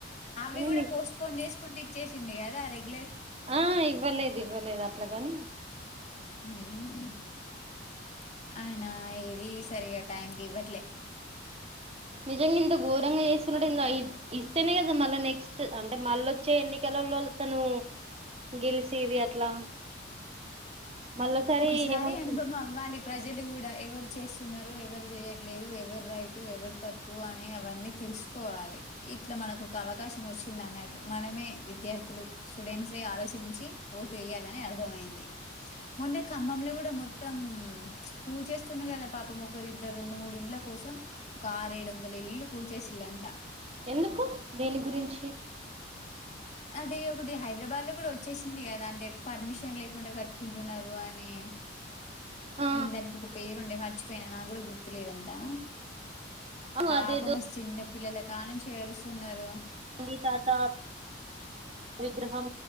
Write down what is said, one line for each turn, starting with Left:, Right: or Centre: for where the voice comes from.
Left: అవ్వి
Right: నేను-
Left: గూడా పోస్ట్ పోన్ చేస్కుంట ఇచ్చేసిండు గదా రెగ్
Right: ఆ ఇవ్వలేద్ ఇవ్వలేద్ అట్లాగాని
Left: మ్ అయనా ఏది సరిగా టైంకిివ్వట్లే
Right: నిజంగా ఇంత ఘోరంగా చేస్తున్నాడెందో అయ్ ఇస్తేనే కదా మళ్ళా నెక్స్ట్ అంటే మళ్ళోచ్చే ఎన్ని కలల్లో అతను గెలిసేది అట్లా మళ్ళసారి
Left: ఒకసారి
Right: ఏమనుకు
Left: అనుభవం అవ్వాలి ప్రజలు గూడా ఎవరు చేస్ తున్నారు ఎవరు చేయట్లేదు ఎవరు రైట్ ఎవరు తప్పు అని అవన్నీ తెలుసుకోవాలి ఇట్లా మనకు ఒక అవకాశం వచ్చింది అన్నట్టు మనమే విద్యార్థులు స్టూడెంట్సే ఆలోచించి ఓటు వెయా లని అర్థమయింది మొన్న ఖమ్మంల గూడా మొత్తం కూల్చేస్తుండు గదా పాపం ఒకరిద్దరు రెండు మూడు ఇండ్ల కోసం ఒక ఆరు ఏడు వందల ఇల్లులు కూల్చేసిల్లంట
Right: ఎందుకు దేని గురించి
Left: అదే ఒకటి హైదరాబాద్ లో గూడా వచ్చేసింది కదా అంటే పర్మిషన్ లేకుండా కట్టుకుంటున్నారు అని
Right: ఆ
Left: మ్ దానికొక పేరుండే మర్చిపోయినా నాకూడా గుర్తులేదంతా
Right: అవును
Left: పాపం
Right: అదేదో
Left: మస్ చిన్న పిల్లల కానుంచేడుస్తున్నారు
Right: గాంధీ తాత విగ్రహం